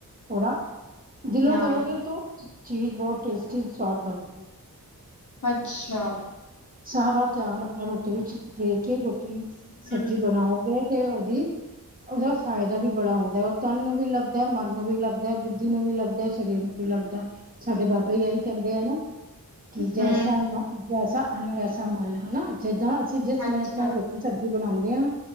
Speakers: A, on the right (about 25°); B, on the left (about 60°).
A: ਥੋੜਾ ਦਿਲੋਂ
B: ਨਾਲ
A: ਕਰੋਗੇ ਤੋ ਚੀਜ਼ ਬਹੁਤ ਟੇਸਟੀ ਸਵਾਦ ਬਣਦੀ ਐ।
B: ਅੱਛਾ।
A: ਸਾਰਾ ਧਿਆਨ ਆਪਣਾ ਰੋਟੀ ਵਿੱਚ ਦੇ ਕੇ ਰੋਟੀ
B: ਹੂੰ,
A: ਸਬਜ਼ੀ ਬਣਾਓਗੇ ਤੇ ਉਹਦੀ ਉਹਦਾ ਫਾਇਦਾ ਵੀ ਬੜਾ ਆਉਂਦਾ ਐ। ਉਹ ਤਨ ਨੂੰ ਵੀ ਲੱਗਦਾ ਮਨ ਨੂੰ ਵੀ ਲੱਗਦਾ ਐ। ਬੁੱਧੀ ਨੂੰ ਵੀ ਲੱਗਦਾ ਐ। ਸਰੀਰ ਨੂੰ ਵੀ ਲੱਗਦਾ ਐ। ਸਾਡੇ ਬਾਬਾ ਹੀ ਆਹੀ ਕਹਿੰਦੇ ਆ ਨਾ ਕਿ ਜੈਸਾ
B: ਹੂੰ,
A: ਮਨ ਵੈਸਾ ਅਨ ਵੈਸਾ ਮਨ ਹਨਾ ਜਿੱਦਾਂ ਅਸੀਂ ਜਿਸ ਨੀਅਤ
B: ਅੱਛਾ,
A: ਨਾਲ ਰੋਟੀ ਸਬਜ਼ੀ ਬਣਾਉਂਦੇ ਹਾਂ